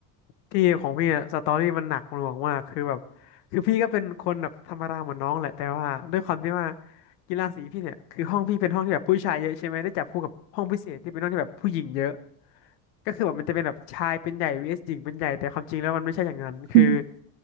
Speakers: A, on the left; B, on the right.
A: พี่ของพี่อะสตอรี่มันหนักหน่วงมากคือแบบคือพี่ก็เป็นคนแบบธรรมดาเหมือนน้องแหละแต่ว่าด้วยความที่ว่ากีฬาสีพี่เนี่ยคือห้องพี่เป็นห้องที่แบบผู้ชายเยอะใช่ไหมได้จับคู่กับห้องพิเศษที่เป็นห้องที่แบบผู้หญิงเยอะ ก็คือแบบมันจะเป็นแบบชายเป็นใหญ่ vs หญิงเป็นใหญ่แต่ความจริงแล้วมันไม่ใช่อย่างนั้นคือ
B: อืม